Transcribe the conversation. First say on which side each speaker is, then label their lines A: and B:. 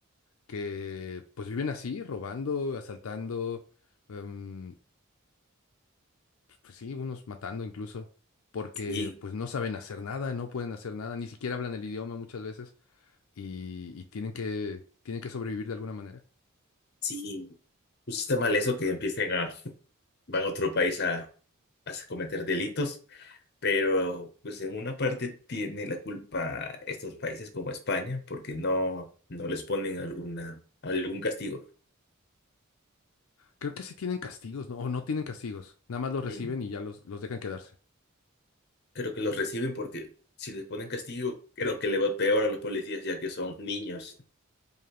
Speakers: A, on the left; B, on the left.
A: que pues viven así, robando, asaltando, em, pues sí, unos matando incluso, porque
B: sí,
A: pues no saben hacer nada, no pueden hacer nada, ni siquiera hablan el idioma muchas veces y, y tienen que, tienen que sobrevivir de alguna manera.
B: sí. Pues está mal eso que empiecen a, van a otro país a, a cometer delitos, pero pues en una parte tiene la culpa estos países como España, porque no, no les ponen alguna, algún castigo.
A: Creo que sí tienen castigos, ¿no? O no tienen castigos. Nada más los reciben
B: Mm.
A: y ya los, los dejan quedarse.
B: Creo que los reciben porque si les ponen castigo, creo que le va peor a los policías ya que son niños.